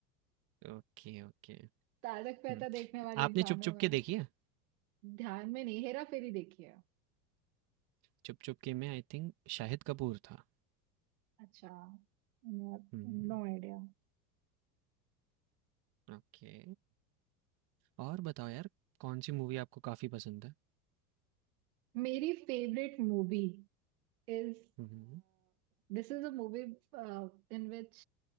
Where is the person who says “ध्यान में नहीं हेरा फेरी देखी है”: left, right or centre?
Right